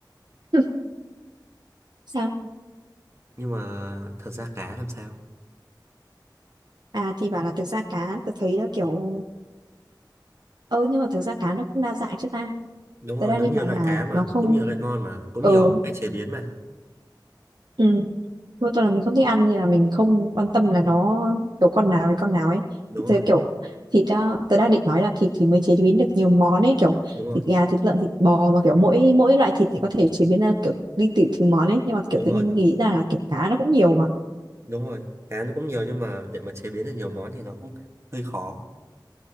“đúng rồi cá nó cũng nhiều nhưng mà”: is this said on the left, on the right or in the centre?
Right